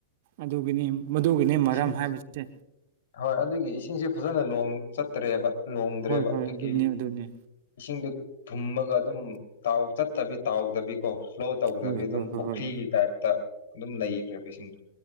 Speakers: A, on the right; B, on the left.
A: ꯑꯗꯨꯒꯤꯅꯤ ꯃꯗꯨꯒꯤꯅꯤ ꯃꯔꯝ
B: ꯏꯁꯤꯡ
A: ꯍꯥꯏꯕꯁꯦ
B: ꯍꯣꯏ ꯑꯗꯨꯒꯤ ꯏꯁꯤꯡꯁꯦ ꯐꯖꯅ ꯅꯣꯡ ꯆꯠꯇ꯭ꯔꯦꯕ ꯂꯣꯡꯗ꯭ꯔꯦꯕ
A: ꯍꯣꯏ ꯍꯣꯏ
B: ꯑꯗꯨꯒꯤ
A: ꯑꯗꯨꯅꯤ ꯑꯗꯨꯅꯤ
B: ꯏꯁꯤꯡꯗꯨ ꯊꯨꯝꯃꯒ ꯑꯗꯨꯝ ꯇꯥꯎ ꯆꯠꯇꯕꯤ ꯇꯥꯎꯗꯕꯤ ꯀꯣ ꯐ꯭ꯂꯣ ꯇꯧꯕꯗꯕꯤ
A: ꯍꯣꯏ
B: ꯑꯗꯨꯝ
A: ꯍꯣꯏ ꯍꯣꯏ
B: ꯄꯨꯈ꯭ꯔꯤꯒꯤ
A: ꯍꯣꯏ
B: ꯇꯥꯏꯞꯇ ꯑꯗꯨꯝ ꯂꯩꯈ꯭ꯔꯦꯕ ꯏꯁꯤꯡꯗꯣ